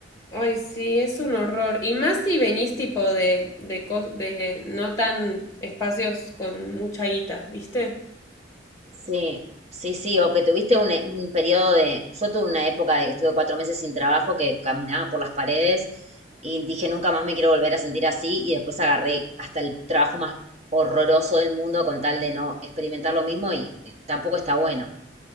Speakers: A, on the left (about 15°); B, on the right (about 35°).
A: Ay, sí, es un horror. Y más si venís tipo de, de, cos- de no tan espacios con mucha guita, ¿viste?
B: Sí, sí, sí, o que tuviste un, e- un periodo de... Yo tuve una época de que estuve cuatro meses sin trabajo, que caminaba por las paredes y dije, nunca más me quiero volver a sentir así y después agarré hasta el trabajo más horroroso del mundo con tal de no experimentar lo mismo y, y tampoco está bueno.